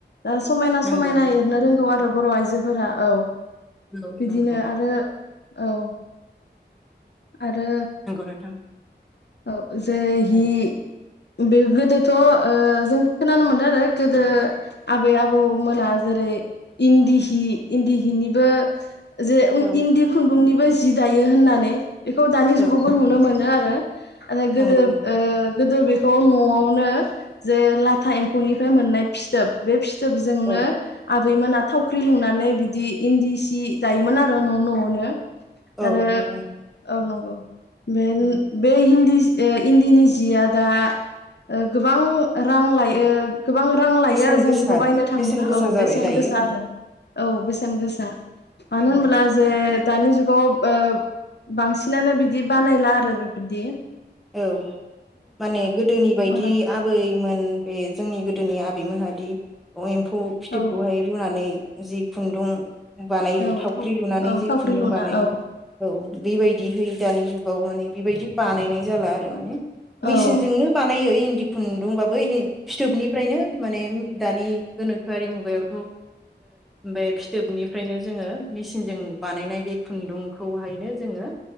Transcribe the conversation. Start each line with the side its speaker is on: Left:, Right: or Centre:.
Left: ओ समायना
Centre: नंगौ
Left: समायना एरनो रोंगौ आरो। बर आइजोफोरा औ।
Centre: औ
Left: बिदिनो
Centre: नंगौ
Left: आरो। औ। आरो।
Centre: नोंथां
Left: औ जे हि।
Centre: औ
Left: बे गोदोथ जों खोनानो मोनदों आरो गोदो आबै आबौमोना जेरै इन्दि हि इन्दि हिनिबो जे उन
Centre: औ नंगौ नोंथां औ नंगौ नोंथां औ
Left: इन्दि खुन्दुंनिब बो जि दायो होननानै। बेखौ दानि
Centre: औ
Left: जुगावबो नुनो मोनो आ हो। ओ गोदो
Centre: नंगौ नोंथां
Left: ओ गोदो बे थ' न'आवनो जे लाथा एम्फौनिफ्राय मोननाय फिथोब बे फिथ जोबजोंनो
Centre: औ
Left: आ रैमोना थावख्रि लुनानै बिदि इन्दि सि दायोमोन आरो न' न'आवनो।
Centre: औ
Left: आरो
Centre: नंगौ नोंथां
Left: औ नंगौ बेेन।
Centre: उम
Left: बे हिन्दिज ओ इन्दिनि जिया दा ओ गोबां रां लायो। गोबां रां लायो
Centre: बेसेन
Left: आरो जों
Centre: गोसा
Left: बेखौ बायनो थाङोब्ला
Centre: बेसेन गोसा
Left: औ
Centre: जाबाय
Left: बेसेन
Centre: दायो
Left: गोसा आरो औ बेसेन गोसा मानो
Centre: उम,
Left: होनब्ला जे दानि जुगाव बोब बांसिनानो बिदि बानायला आरो बेफ बदि
Centre: औ माने गोदोनि बायदि
Left: मोना
Centre: आबैमोन बे जोंनि गोदोनि आ बै मोनादि <unintelligible> खौ फिथोबखौहाय
Left: औ
Centre: रुनानै जि खुन्दुं। बानायो
Left: औ
Centre: थावख्रि
Left: थाव
Centre: लुनानै
Left: औ
Centre: जे
Left: थावख्रि
Centre: खुन्दुं
Left: लुना
Centre: बानायो
Left: औ
Centre: औ बेबायदिहै दानि जुगाव माने। बेबायदि बानायनाय जाला आरो माने। मेसिनजोंनो
Left: औ
Centre: बानायो इन्दि खुन्दुंबाबो फिथोबनिफ्रायनो माने दानि गोनोखोआरि मुगायावथ बे फिथोबनिफ्रायनो जोङो मेसिनजों बानायनाय बे खुन्दुंखौहायनो जोङो